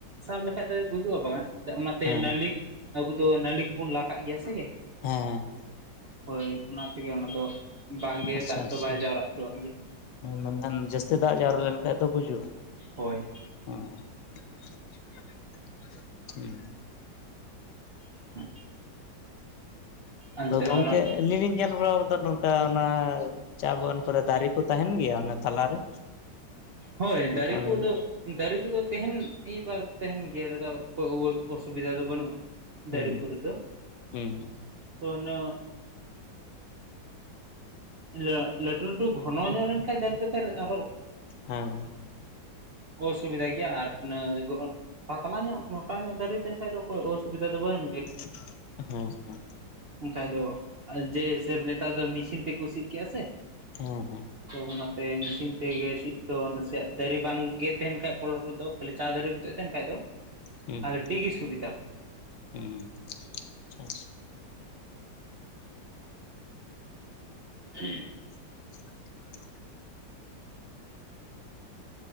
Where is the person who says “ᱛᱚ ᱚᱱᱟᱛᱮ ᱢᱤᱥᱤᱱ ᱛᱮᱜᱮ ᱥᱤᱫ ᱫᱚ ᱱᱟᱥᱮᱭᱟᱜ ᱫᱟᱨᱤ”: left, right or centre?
Right